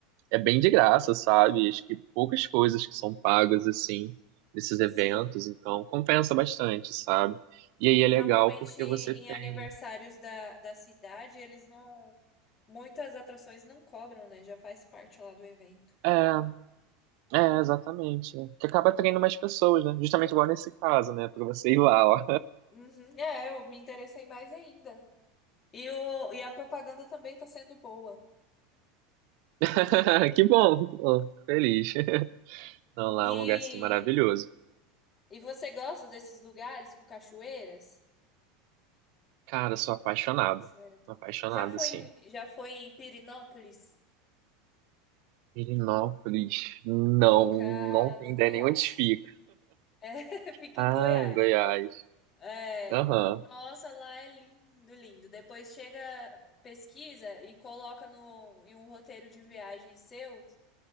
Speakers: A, on the right (about 55°); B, on the left (about 30°).
A: é bem de graça, sabe? Acho que poucas coisas que são pagas assim nesses eventos,
B: sim.
A: então compensa bastante, sabe?
B: né?
A: E aí é
B: Normalmente
A: legal porque
B: em
A: você tem.
B: aniversários da, da cidade, eles não. Muitas atrações não cobram, né? Já faz parte lá do evento.
A: É, é, exatamente. né? Que acaba atraindo mais pessoas, né? Justamente igual nesse caso, né? Pra você ir lá, ó.
B: Uhum, É, eu me interessei mais ainda. E, o, e a propaganda também está sendo boa.
A: É, <laughs> Que bom! Tô feliz. Não, lá
B: E,
A: é um lugar assim maravilhoso.
B: e você gosta desses lugares com cachoeiras?
A: Cara, sou apaixonado.
B: Cachoeira.
A: Sou apaixonado,
B: Já foi,
A: assim.
B: em- já foi em Pirinópolis?
A: Pirinópolis. Não,
B: Fica
A: não tem
B: no Goiás.
A: ideia nem onde fica.
B: É, <laughs> fica
A: Ah,
B: em Goiás.
A: em Goiás.
B: É.
A: Aham.
B: Nossa, lá é lindo, lindo. Depois chega, pesquisa e coloca no, em um roteiro de viagem seu.